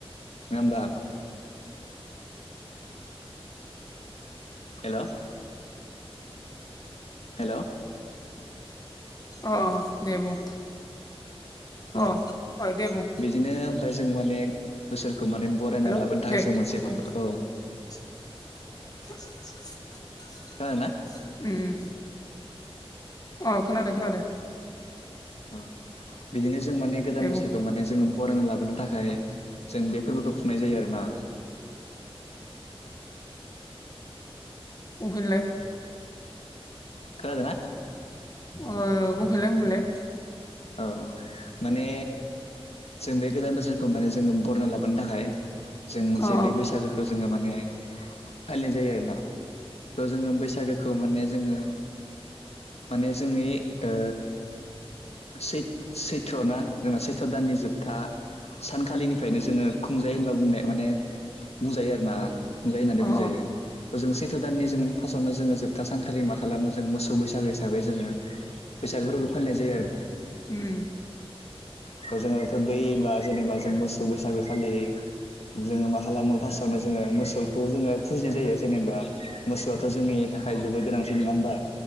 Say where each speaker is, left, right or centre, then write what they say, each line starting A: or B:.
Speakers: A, on the left (about 80°); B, on the left (about 35°).
A: नङा होमबा हेल'
B: <inaudible>
A: हेल'
B: ओ ओ दे बुं
A: औ
B: अ अ दे बुं
A: बिदिनो ओमफ्राय जों माने बोसोरखौ माने बरायनानै
B: हेल'
A: लाबोनो थाखाय
B: दे
A: जों मोनसे
B: बुं
A: फु औ
B: <unintelligible>
A: खोनादोंना
B: ओम ओ खोनादो खोनादो
A: औ औ बिदिनो जों माने गोदान
B: दे
A: बोसोरखौ
B: बुं
A: माने जोङो बरायना लाबोनो थाखाय जों बे फोरबोखौ खुंनाय जायो आरोना
B: बुंफिनलाय
A: खोनादोंना
B: अ बुंफिनलाय बुंफिनलाय
A: औ माने जों बे गोदान बोसोरखौ माने जोङो बरना लाबोनो थाखाय जों मोनसे
B: अ
A: बे बैसागोखौ जोङो माने फालिनाय जायो आरोना थ' जोङो बैसागोखौ माने जोङो माने जोंनि ओ सैत सैथ्र ना जोंना सैथ्र दाननि जोबथा सानखालिनिफ्रायनो जोङो खुंजायो होनबा बुंनाय माने बुंजायो आरो ना खुंजायो होननानै बुंजायो
B: अ
A: जों सैथ' दाननि जों फार्स्टआवनो जोङो जोबथा सानखालि मा खालामो जों मोसौ बैसागो हिसाबै जोङो बैसागोफोरखौबो फालिनाय जायो आरो ना
B: अ अ
A: त जोङो' बेफोर दै बा जेनेबा जों मोसौ बैसागो खालि जोङो मा खालामो फार्स्टआवनो जोङो मोसौखौ जोङो फुजिनाय जायो जेनेबा मोसौआथ' जोंनि थाखाय जोबोद गोनांथि नङा होमबा